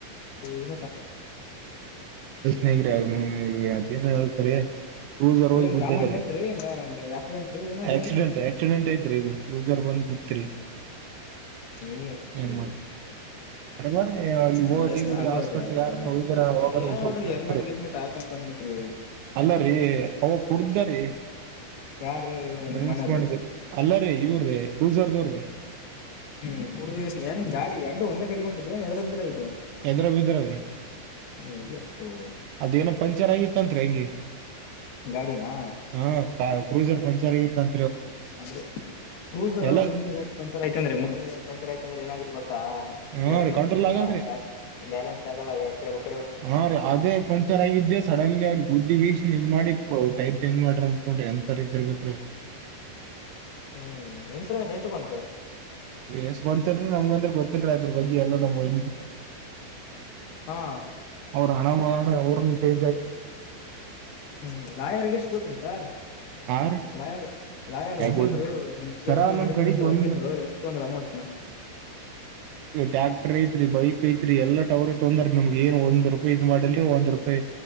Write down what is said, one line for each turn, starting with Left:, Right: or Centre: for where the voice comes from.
Left: ಹನ
Right: ನೇಗ್ರಿ ಅದೇನ ಹೇಳ್ತಾರೆ ಕ್ರೂಸರ್ ಹೋಗಿ
Left: ಏನ್
Right: ಗೂದೆದರಿ
Left: ಕಾಮಂಡ್ ಐತ್ರಿ ಏನ್ ಆಕ್ಸಿಡೆಂಟ್ ರೀ ಏನೇನ್
Right: ಆಕ್ಸಿಡೆಂಟ್
Left: ಐತ್ರಿ
Right: ಆಕ್ಸಿಡೆಂಟ್ ಐತ್ ಇದು ಕ್ರೂಸರ್ ಬಂದು ಉತ್ರಿ
Left: ಅಯ್ಯಪ್ಪೋ
Right: ಏನ್ ಮಾಡ ಅ ಮಾಡ ಅಲ್ಲಿಟೈ
Left: ಸಣ್ಣ ವಯಸ್ಸ ಆಗ್ಬಾರ್ದ್ರಿ ಆತರ
Right: ಯಾರ್ದರೋಗ
Left: ಸ್ವಲ್ಪ ನೀವ್ರು
Right: ಸ್ವಲ್ಪ
Left: ಹೆಲ್ಮೆಟ್ ಗಿಲ್ಮೆಟ್ ಹಾಕಂತ ಅನ್ಬೇಕ್ರಿ
Right: ಅಲ್ಲ ರೀ ಕುಡ್ದರೆ
Left: ಯಾರು
Right: ಡ್ರಿಂಕ್ಸ್
Left: ನಿಮ್ ಅಣ್ಣಾರ್ರೀ
Right: ಮಾಡಿದ ಅಲ್ಲರೀ ಇವ್ರೀ ಕೂಸರ್ದವರ್ರಿ
Left: ಹ್ಮ್ ಕುಡುದುಷ್ಟಏನ್ ಗಾಡಿ ಎಡ್ಡು ಒಂದೇ ಕಡಿಗೊಂಡಿದ್ದ್ಏರಡು ಎದರ ಬಿದ್ರೆ ಇದ್ದು
Right: ಎದ್ರ ಬಿದ್ರರಿ
Left: ಅಯ್ಯಪ್ಪೋ
Right: ಅದು ಏನು ಪಂಚರ್ ಆಂಗ ತಂತ್ರ ಆಗೆ
Left: ಗಾಡಿನಾ
Right: ಹ ಕ್ರೂಸರ್ ಪಂಚರ್ ಆಗಿತ್ತಂ
Left: ಆದ್ರೆ ಕ್ರೂಸ್ರು
Right: ಎಲ್ಲ
Left: ಮುಂದಿನ ಗಾಡಿ ಪಂಚರ್ ಆಯ್ತ ಅಂದ್ರೆ ಮುಂದಿನ ಗಾ ಪಂಚರ್ ಆಯ್ತ ಅಂದ್ರೆ ಏನಾಗಿ
Right: ಹಾ
Left: ಜಡ್ಜ್ಮೆಂಟ್
Right: ರೀ ಕಂಟ್ರೋಲ್
Left: ಸಿಗಲ್ಲ
Right: ಆಗಲ್ರಿ
Left: ಯಾ ಬ್ಯಾಲೆನ್ಸ್ ಆಗಲ್ಲ ಯಾ ಕಡೆ
Right: ಹಾ ರೀ ಅದೇ ಪಂಕ್ಚರ್ ಆಗಿದ್ದೆ ಸಡನ್ಲಿ ಅ ಬುದ್ದಿಸನ್ ಇ ಮಾಡಿ ಟೈರ್ ಚೇಂಜ್ ಮಾಡ್ರ ಅಂತ ತೊಂಡ್ರಿ ಎಂಥವರ ಇದ್ದರ್ಬೇಕರು
Left: ಹ್ಮ್ ಇನ್ಸೂರೆನ್ಸ್ ಎಷ್ಟು ಬಂತು
Right: ಎಷ್ಟ ಬಂತನ್ರಿ ನಮ್ಗಂದ್ರ ಗೊತ್ತಿಲ್ರೀ ಅದ್ರ ಬಗ್ಗೆ ಎಲ್ಲ ನಮ್ಮ ವೈನಿ
Left: ಹಾ
Right: ಅವಲ್ಲ ಅವ ಹಣ ಹ ಜೈ
Left: ಹ್ಮ್ ಲಾಯರ್ಗೆ ಎಷ್ಟು ಕೊಟ್ರಿ ಸರ್
Right: ಆ ರೀ
Left: ಲಾಯರ್ ಲಾಯ ಯಾರ ವಕೀಲ್ರು
Right: ಗೊತ್ತ
Left: ನಿಮ್ ಕೇಸ್
Right: ಸರ ನಮ್
Left: ನಡೆಸಿದಂತ
Right: ಕಡೆಗೆ
Left: ವಕೀಲ್ರು
Right: ಒಂದ್
Left: ಎಷ್ಟೊಂದ್ರ ಅಮೌಂಟ್ನ
Right: ರ ಕ್ಟ್ರ ಐತ್ರಿ ಬೈಕ್ ಐತ್ರಿ ಎಲ್ಲಾ ಟ ಅವ್ರ ತೊಂದ್ರ ನಮ್ಗೆ ಏನ್ ಒಂದ ರೂಪಾಯಿ ಇದನ್ನು ಮಾಡಿಲರಿ ಒಂದ ರೂಪಾಯಿ